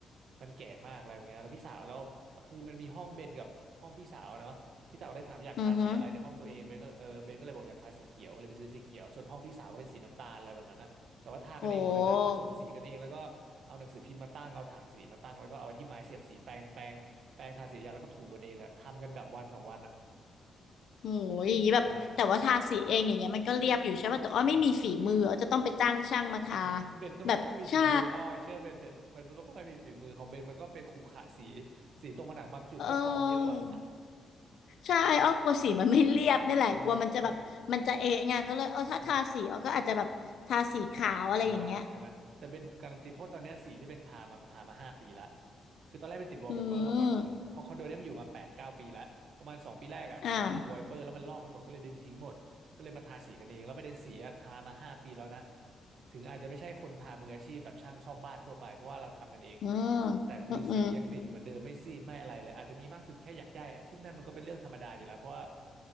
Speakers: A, on the right (about 70°); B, on the left (about 70°).
A: มันแก่มากอะไรแบบเงี้ยแล้วพี่สาวแล้วคือมันมีห้องเบนกับห้องพี่สาวเนาะพี่สาวเลยถามอยากทาสีอะไรในห้องตัวเองเบนก็เลยเออเบนก็เลยบอกอยากทาสีเขียวก็เลยไปซื้อสีเขียวส่วนห้องพี่สาวก็เป็นสีน้ำตาลอะไรแบบนั้นนะ
B: อือฮะ
A: แต่ว่าทากันเองหมดเลยนะผสมสีกันเองแล้วก็เอาหนังสือพิมพ์มาตั้งเอาถังสีมาตั้งแล้วก็เอาไอ้ที่ไม้เสียบสีแปรงแปรงแปรงทาสียาแล้วก็ถูกันเองแหละทำกันแบบวันสองวันอ่ะ
B: โหโหอย่างงี้แบบแต่ว่าทาสีเองอย่างเงี้ยมันก็เรียบอยู่ใช่ป่ะแต่อ้อไม่มีฝีมืออ้อจะต้องไปจ้างช่างมาทา
A: ใช่ <laughs> เบนก็ไม่ค่อยมีฝีมืออ้อเชื่อเบนเถอะมันก็ไม่ค่อยมีฝีมือของเบนมันก็เป็นขรุขระสี
B: แบบใช่
A: สีตรงผนังบางจุดก็กองเยอะกว่า
B: เออ ใช่อ้อกลัวสีมันไม่เรียบนี่แหละกลัวมันจะแบบมันจะเอะไงก็เลยเออถ้าทาสีอ้อก็อาจจะแบบทาสีขาวอะไรอย่างเงี้ย
A: <laughs> ใช่ไหมเออใช่ อ่าดีกว่าใช่ไหมแต่เป็นการันตีเพราะตอนเนี้ยสีที่เป็นทามามันทามาห้าปีละคือตอนแรกเป็นติดวอลเปเปอร์มาก่อน
B: อืม
A: ตรงพอคอนโดเนี้ยมันอยู่มาแปดเก้าปีละประมาณสองปีแรกอ่ะเป็นติดวอลเปเปอร์แล้วมันลอกไปหมดก็เลยดึงทิ้งหมดก็เลยมาทาสีกันเอง
B: อ่า
A: แล้วประเด็นสีอะทามาห้าปีแล้วนะถึงอาจจะไม่ใช่คนทามืออาชีพแบบช่างซ่อมบ้านทั่วไปเพราะว่าเราทำกันเอง
B: อืม
A: แต่คือสียังติดเหมือนเดิมไม่ซีดไม่อะไรเลยอาจจะมีมากสุดแค่หยักหย้ายอ่ะซึ่งนั่นมันก็เป็นเรื่องธรรมดาอยู่แล้วเพราะว่า
B: อืมอืม